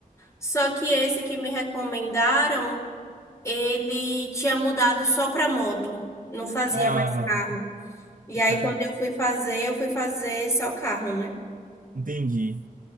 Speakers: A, on the left; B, on the right.
A: só que esse que me recomendaram, ele tinha mudado só para moto, não fazia
B: Ah,
A: mais carro. E aí,
B: sacanagem.
A: quando eu fui fazer, eu fui fazer só carro, né?
B: Entendi.